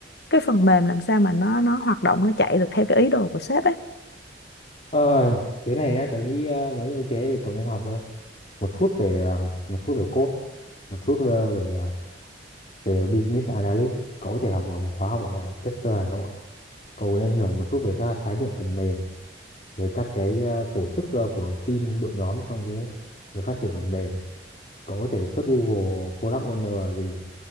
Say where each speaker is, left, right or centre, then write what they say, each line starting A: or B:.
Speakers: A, on the left (about 65°); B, on the left (about 40°).
A: cái phần mềm làm sao mà nó nó hoạt động nó chạy được theo cái ý đồ của sếp ấy
B: ơi thế này nhá tớ nghĩ ờ, nếu như thế thì cậu nên học thôi. một chút về ờ, một chút về code một chút về về, ờ, về business analyst cậu có thể học ở một khóa học ở Tester Hà Nội cậu nên hiểu một chút về các khái niệm phần mềm về các cái à, tổ chức à, của team đội nhóm trong cái việc phát triển phần mềm cậu có thể search Google Product Owner là gì